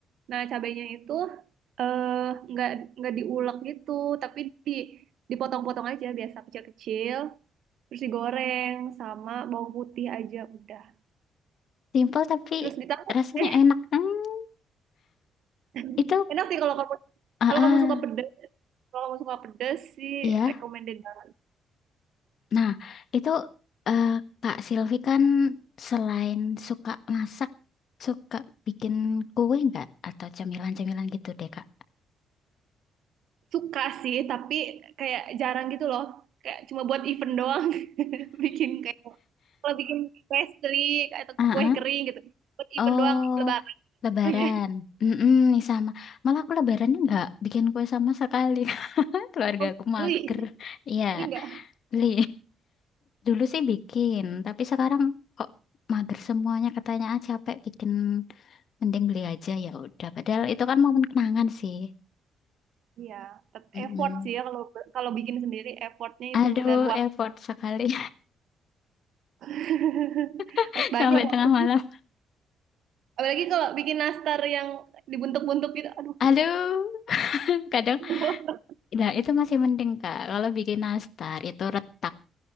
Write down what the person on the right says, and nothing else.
Nah, cabainya itu eh enggak enggak diulek gitu, tapi di dipotong-potong aja biasa kecil-kecil, terus digoreng sama bawang putih aja udah.
Terus ditambah
deh.
<laughs>
Enak sih kalau kamu
kalau
kamu suka pedes, kalau kamu suka pedes sih
recommended banget.
Suka sih, tapi kayak jarang gitu loh. Kayak cuma buat event doang. <laughs> Bikin kayak kalau bikin pastry atau
kue
kering gitu. Buat event
doang lebaran.
Oh iya.
Oh,
beli.
Beli nggak?
Iya, tet-
effort sih ya kalau kalau bikin sendiri effortnya itu
dan waktu
<laughs>
harus banyak
waktunya.
Apalagi kalau bikin nastar yang dibentuk-bentuk gitu, aduh,
<laughs>